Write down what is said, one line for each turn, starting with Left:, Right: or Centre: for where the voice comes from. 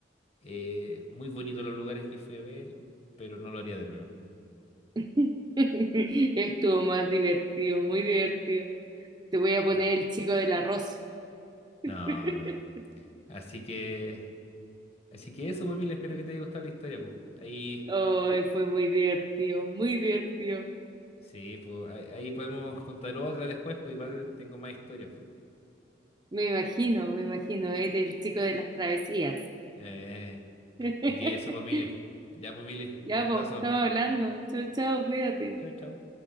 Left: eh, muy bonitos los lugares que fui a ver, pero no lo haría de nuevo.
Right: <laughs> Estuvo más divertido, muy divertido. Te voy a poner
Left: Mm.
Right: el chico del arroz.
Left: No,
Right: <laughs>
Left: no. Así que Así que eso, pues, Mil, espero que te haya gustado la historia, pues. Ahí,
Right: Hoy
Left: de-
Right: fue muy divertido, muy divertido.
Left: sí, pues, ahí, ahí podemos contar otra después, pues igual tengo más historias, pues.
Right: Me imagino, me imagino, eres el chico de las travesías.
Left: Eh,
Right: <laughs>
Left: así que eso, pues, Mil. Ya, pues, Mil, un
Right: Ya
Left: gustazo.
Right: vos, estamos hablando. Chau, chau, cuídate.
Left: Chao, chao.